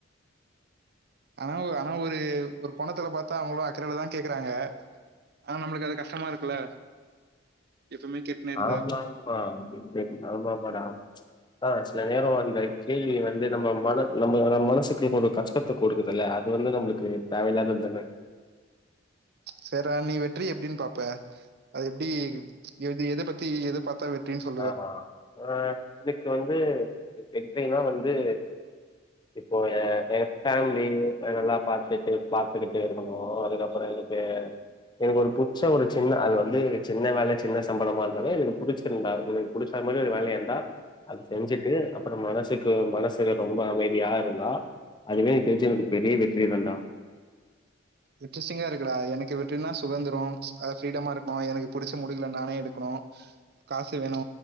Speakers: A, on the right; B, on the left.
A: ஆனா ஒ ஆனா ஒரு ஒரு கோணத்துல பாத்தா அவ்ங்களு அக்கறையிலதா கேக்கறாங்க ஆனா நம்ளுக்கு அது கஷ்டமா இருக்குல்ல எப்பவுமே கேட்டுனே இருந்தா
B: ஆமா ஆமா <unintelligible> ஆமா ஆமாடா ஆ சில நேரோ அந்த கேள்வி வந்து நம்ம மன நம்மளோட மனசுக்குள்ள ஒரு கஷ்ட த்த கொடுக்குதல்ல அது வந்து நம்மளுக்கு தேவையில்லாதது தானே
A: செரிரா நீ வெற்றி எப்டின்னு பாப்ப அது எப்டி எது எத பத்தி எத பாத் தா வெற்றின்னு சொல்
B: ஆமா ஆ எனக்கு வந்து வெற்றினா வந்து இப்போ எ எ ஃபேமிலி நல்லா பாத்துட்டு பாத்துக்கிட்டு இருக்கணு அதுக்கப் புறோ எனக்கு எனக்கு ஒரு புச்ச ஒரு சின்ன அது வந்து சின்ன வேல சின்ன சம்பளமா இருந்தாலு எனக்கு புடிச்சிருந்தா எனக்கு புடிச்சா மாறி ஒரு வேலையா இருந்தா அது செஞ்சுட்டு அப்ற மனசுக்கு மனசுக்கு ரொம்ப அமைதியா இருந்தா அதுவே எனக்குத் தெரிஞ்சு எனக்கு பெரிய வெற்றி தாண்டா
A: இன்ட்ரெஸ்டிங்கா இருக்குடா எனக்கு வெற்றினா சுகந்திரோ அத ஃப்ரீடமா இருக்கணு எனக்கு புடிச்ச முடிவுல நானே எடுக்கணு காசு வேணு